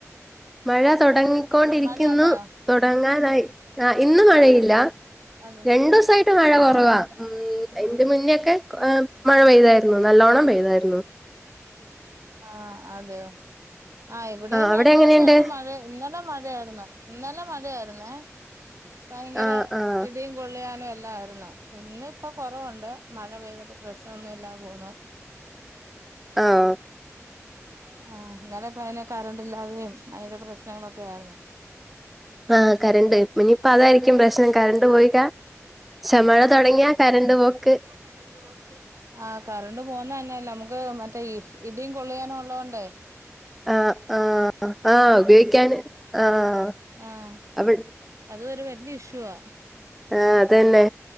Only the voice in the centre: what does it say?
മഴ തൊടങ്ങിക്കൊണ്ടിരിക്കുന്നു.
തൊടങ്ങാനായി ആഹ് ഇന്ന് മഴയില്ല.
രണ്ടുസായിട്ട് മഴ
കൊറവാ. അ ഉം അയ്ന്റെ മുന്നെക്കെ ഏ മഴ പെയ്തായിരുന്നു നല്ലോണ്ണം പെയ്തായിരുന്നു.
അവിടെ
എങ്ങനെയുണ്ട്
ആഹ് ആഹ്
ആഹ്
ആഹ് കരണ്ട് പ്പ ഇനിയിപ്പ അതായിരിക്കും പ്രശ്നം കരണ്ട് പോയിക്ക ക്ഷെ മഴ തൊടങ്ങിയാ കരണ്ട് പോക്ക്.
ആഹ് ആഹ് ആഹ് ഉപയോയ്ക്കാന് ആഹ്
അവി
ആഹ് അതെന്നെ